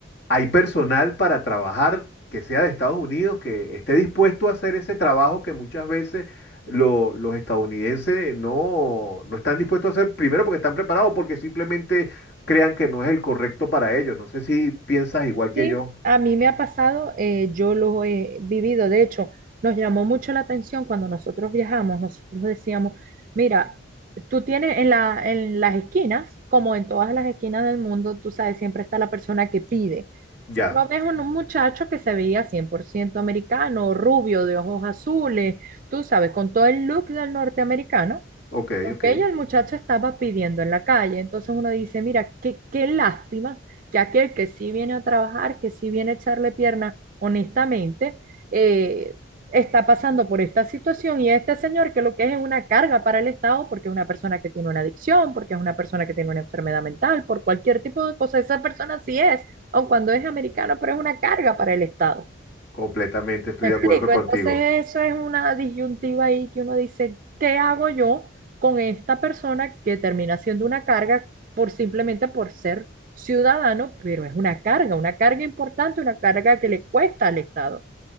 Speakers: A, on the left; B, on the right.
A: hay personal para trabajar que sea de Estados Unidos, que esté dispuesto a hacer ese trabajo que muchas veces lo- los estadounidenses no, no están dispuestos a hacer, primero porque están preparados, porque simplemente crean que no es el correcto para ellos. No sé si piensas igual que
B: Sí,
A: yo.
B: a mí me ha pasado, eh, yo lo he vivido, de hecho, nos llamó mucho la atención cuando nosotros viajamos, nosotros decíamos, mira, tú tienes en la, en las esquinas, como en todas las esquinas del mundo, tú sabes, siempre está la persona que pide.
A: Ya,
B: Y tú no ves un, un muchacho que se veía 100% americano, rubio, de ojos azules, tú sabes, con todo el look del norteamericano,
A: ok,
B: Ok,
A: ok,
B: el muchacho estaba pidiendo en la calle, entonces uno dice, mira, qué, qué lástima que aquel que sí viene a trabajar, que sí viene a echarle pierna honestamente, eh, está pasando por esta situación y este señor que lo que es es una carga para el Estado porque es una persona que tiene una adicción, porque es una persona que tiene una enfermedad mental, por cualquier tipo de cosa, esa persona sí es, aun cuando es americano, pero es una carga para el Estado.
A: completamente estoy
B: Me explico,
A: de acuerdo contigo.
B: entonces eso es una disyuntiva ahí que uno dice, ¿qué hago yo con esta persona que termina siendo una carga por simplemente por ser ciudadano, pero es una carga, una carga importante, una carga que le cuesta al Estado?